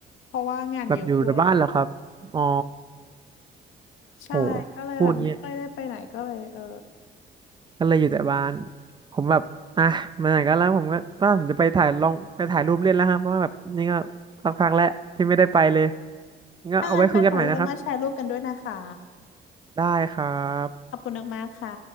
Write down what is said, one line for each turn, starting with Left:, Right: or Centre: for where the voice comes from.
Left: เพราะว่างานเยอะด้วยอะไรอย่างเงี้ย
Right: แบบอยู่แต่บ้านเหรอครับอ๋อ
Left: ใช่ก็เลยแบบไม่ค่อยได้ไปไหนก็เลยเออ
Right: โหพูดงี้ก็เลยอยู่แต่บ้านผมแบบอ่ะมาไหนก็แล้วผมก็ว่าผมจะไปถ่ายลองไปถ่ายรูปเล่นแล้วครับเพราะว่าแบบนี่ก็สักพักแล้วที่ไม่ได้ไปเลยงั้นเอาไว้คุยกันใหม่นะครับ
Left: ถ้างั้นไปถ่ายรูปแล้วมาแชร์รูปกันด้วยนะคะ
Right: ได้ครับ
Left: ขอบคุณมากๆค่ะ